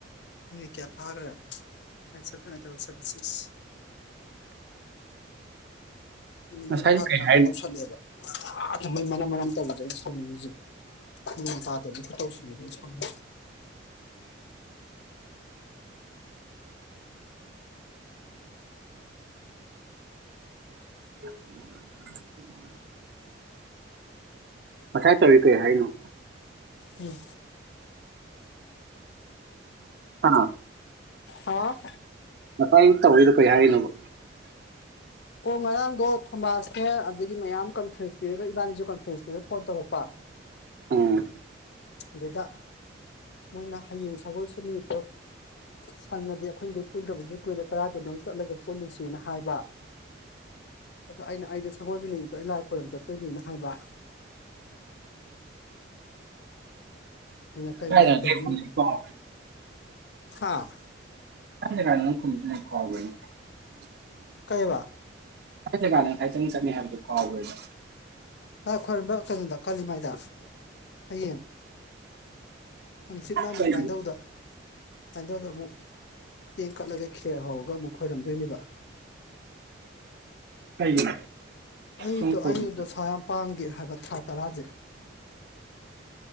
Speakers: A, on the left; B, on the right.
A: ꯃꯤꯅꯤꯠ ꯀꯌꯥ ꯐꯥꯒ꯭ꯔꯦ <unintelligible> ꯃꯤꯃꯤꯠ
B: ꯉꯁꯥꯏꯗꯤ
A: ꯃꯔꯤ ꯐꯥꯗ
B: ꯀꯩ
A: ꯉꯥꯏꯔꯤ
B: ꯍꯥꯏꯔꯤꯅꯣ
A: ꯑꯃꯨꯛ ꯇꯧꯁꯜꯂꯛ ꯑꯦꯕ ꯃꯣꯏ ꯃꯅꯝ ꯃꯅꯝ ꯇꯧꯕꯁꯦ ꯑꯩꯅ ꯁꯥꯎꯅꯤꯡꯉꯤꯁꯦ ꯃꯦꯟ ꯇꯥꯗꯕ ꯈꯨꯇꯧꯁꯤꯅꯦꯕ ꯑꯩꯅ ꯁꯥꯎꯅꯤꯡꯉꯤꯁꯦ
B: <unintelligible> ꯉꯁꯥꯏ ꯇꯧꯔꯤ ꯀꯩ ꯍꯥꯏꯅꯣ
A: ꯎꯝ
B: ꯍꯥ
A: ꯑ
B: ꯉꯥꯏ ꯇꯧꯔꯤꯗꯣ ꯀꯩ ꯍꯥꯏꯅꯣꯕ
A: ꯑꯣ ꯉꯔꯥꯡꯗꯣ ꯊꯣꯃꯥꯁꯅꯦ ꯑꯗꯒꯤ ꯃꯌꯥꯝ ꯀꯟꯐ꯭ꯔꯦꯁ ꯄꯤꯔꯒ ꯏꯕꯥꯅꯤꯁꯨ ꯀꯟꯐ꯭ꯔꯦꯁ ꯄꯤꯔꯒ ꯐꯣꯟ ꯇꯧꯔꯛꯄ
B: ꯎꯝ
A: ꯗꯩꯗ ꯃꯣꯏꯅ ꯍꯌꯦꯡ ꯁꯒꯣꯜꯁꯦꯟ ꯅꯨꯃꯤꯠꯇꯣ ꯁꯪꯉꯗꯤ ꯑꯩꯈꯣꯏꯈꯩ ꯄꯨꯟꯗꯕꯁꯨ ꯀꯨꯏꯔꯦ ꯀꯗꯥꯏꯗꯅꯣ ꯆꯠꯂꯒ ꯄꯨꯜꯂꯨꯁꯦꯅ ꯍꯥꯏꯕ ꯑꯣ ꯑꯩꯅ ꯑꯩꯗ ꯁꯒꯣꯜꯁꯦꯜ ꯅꯨꯃꯤꯠꯇꯣ ꯑꯩ ꯂꯥꯏ ꯈꯣꯏꯔꯝ ꯆꯠꯇꯣꯏꯅꯦꯅ ꯍꯥꯏꯕ ꯑꯩꯅ ꯀꯩ
B: ꯀꯥꯏꯗ
A: ꯂꯥꯏ ꯈꯣꯏꯔꯝꯗꯣꯏꯅꯣ
B: <unintelligible>
A: ꯑꯥ
B: <inaudible> ꯀꯥꯎ ꯈꯔꯦꯅꯦ
A: ꯀꯩꯕ
B: ꯀꯥꯏ ꯖꯒꯥꯅꯦꯕ ꯅꯪ ꯉꯁꯥꯏ ꯆꯠꯅꯤ ꯍꯥꯏꯕꯗꯨ ꯀꯥꯎꯈ꯭ꯔꯦꯅꯦ
A: ꯂꯥꯏ ꯈꯣꯏꯔꯝꯕ ꯀꯩꯅꯣꯗ ꯀꯥꯜꯂꯤꯃꯥꯏꯗ ꯍꯌꯦꯡ ꯍꯪꯆꯤꯠꯅ ꯑꯃꯨꯛ
B: ꯀꯩꯒꯤꯅꯣ
A: ꯂꯥꯏꯟꯊꯧꯗ ꯂꯥꯏꯟꯗꯧꯗ ꯑꯃꯨꯛ ꯆꯦꯡ ꯀꯠꯂꯒ ꯈꯦꯔ ꯍꯧꯔꯒ ꯑꯃꯨꯛ ꯈꯣꯏꯔꯝ ꯅꯤꯕ
B: ꯀꯩꯒꯤꯅꯣ
A: ꯑꯩꯗꯣ
B: ꯁꯨꯝ ꯈꯨꯔꯨꯝꯃꯦ
A: ꯑꯩꯩꯗꯣ ꯗꯣꯁꯥ ꯌꯥꯝ ꯄꯥꯡꯗꯦ ꯍꯥꯏꯕ ꯊꯥ ꯇꯔꯥꯁꯦ